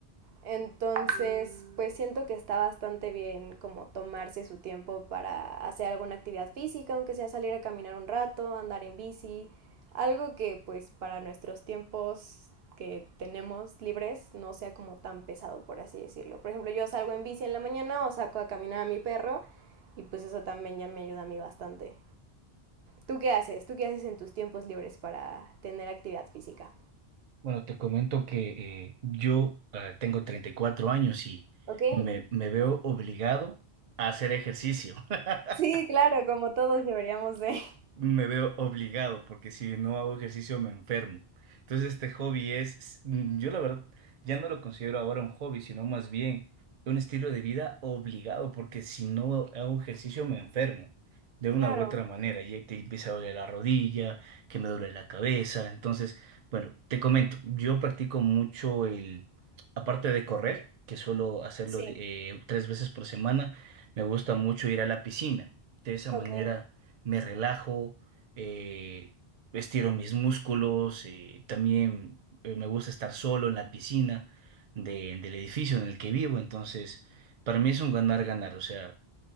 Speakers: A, on the right; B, on the right.
A: Entonces, pues siento que está bastante bien como tomarse su tiempo para hacer alguna actividad física, aunque sea salir a caminar un rato, andar en bici, algo que pues para nuestros tiempos que tenemos libres no sea como tan pesado, por así decirlo. Por ejemplo, yo salgo en bici en la mañana o saco a caminar a mi perro y pues eso también ya me ayuda a mí bastante. ¿Tú qué haces? ¿Tú qué haces en tus tiempos libres para tener actividad física?
B: Bueno, te comento que eh, yo eh, tengo 34 años y
A: Ok.
B: me, me veo obligado a hacer ejercicio. <laughs>
A: Sí, claro, como todos deberíamos de.
B: me veo obligado porque si no hago ejercicio me enfermo. Entonces este hobby es, mm, yo la verdad ya no lo considero ahora un hobby, sino más bien un estilo de vida obligado porque si no hago ejercicio me enfermo de una
A: Claro,
B: u otra manera y te empieza a doler la rodilla, que me duele la cabeza. Entonces, bueno, te comento, yo practico mucho el, aparte de correr, que suelo hacerlo
A: sí.
B: eh, tres veces por semana, me gusta mucho ir a la piscina. De esa
A: Ok,
B: manera me relajo, eh, estiro mis músculos, eh, también eh, me gusta estar solo en la piscina de- del edificio en el que vivo, entonces para mí es un ganar-ganar, o sea,